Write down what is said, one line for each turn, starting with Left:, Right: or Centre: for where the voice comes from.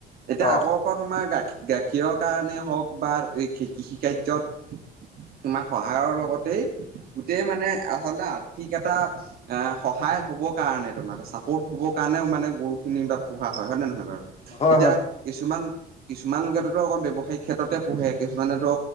Right: এতিয়া
Left: অ',
Right: আগৰ পৰা তোমাৰ গাৰ গাখীৰৰ কাৰণে হওঁক বা এই কৃষি কাৰ্যত তোমাৰ সহায়ৰ লগতে গোটেই মানে আচলতে আৰ্থিক এটা এ সহায় হব কাৰণে তোমাৰ চাপৰ্ট হ'বৰ কাৰণেও মানে গৰুখিনি বা পোহা হয় নে নহয় বাৰু।
Left: হয়,
Right: এতিয়া
Left: হয়,
Right: কিছুমান কিছুমান লোকেতোতো অকল ব্যৱসায়িক ক্ষেত্ৰতে পোহে কিছুমানেতো